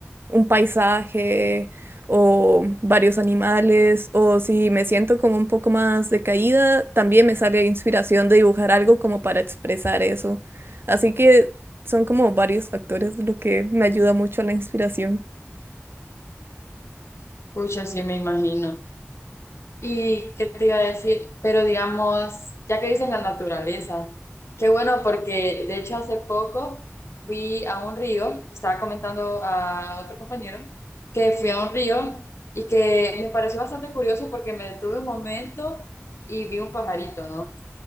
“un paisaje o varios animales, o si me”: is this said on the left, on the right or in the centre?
Right